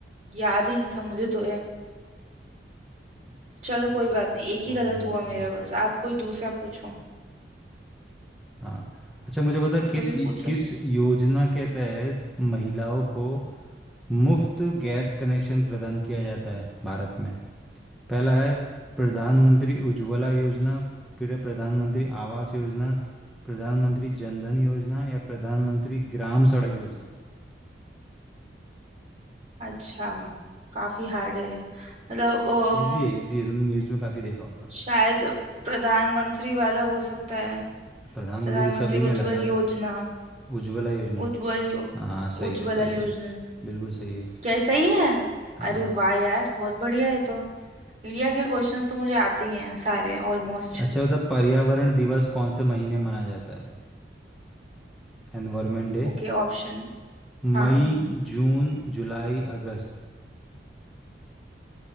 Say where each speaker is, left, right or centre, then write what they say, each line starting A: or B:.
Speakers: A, on the right (about 40°); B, in the centre.
A: याद ही नहीं था मुझे तो ये चलो
B: को,
A: कोई बात नहीं एक
B: कोई
A: ही गलत
B: नहीं
A: हुआ
B: चलो
A: मेरा बस आप कोई दूसरा पूछो
B: हाँ अच्छा मुझे बता
A: दूसरा
B: किस
A: भी पूछ सक
B: किस योजना के तहत महिलाओं को मुफ्त गैस कनेक्शन प्रदान किया जाता है भारत में पहला है प्रधानमंत्री उज्ज्वला योजना फिर है प्रधानमंत्री आवास योजना प्रधानमंत्री जनधन योजना या प्रधानमंत्री ग्राम सड़क योजना
A: अच्छा काफी हार्ड है ये। मतलब अ,
B: इजी है इजी है तुमने न्यूज़ में काफ़ी देखा होगा
A: शायद प्रधानमंत्री वाला हो सकता है
B: प्रधानमंत्री
A: प्रधानमंत्री
B: तो सभी में
A: उज्जवल
B: लगा
A: योजना
B: है उज्ज्वला योजना
A: उज्जवल यो,
B: हाँ सही
A: उज्ज्वला
B: है सही
A: योजना
B: है बिल्कुल सही है
A: क्या सही है
B: हाँ
A: अरे वाह यार बहुत बढ़िया है तो इंडिया के क्वेश्चंस तो मुझे आते ही हैं सारे ऑलमोस्ट
B: अच्छा बता पर्यावरण दिवस कौन से महीने मनाया जाता है एनवायरमेंट डे
A: Okay option हाँ
B: मई जून जुलाई अगस्त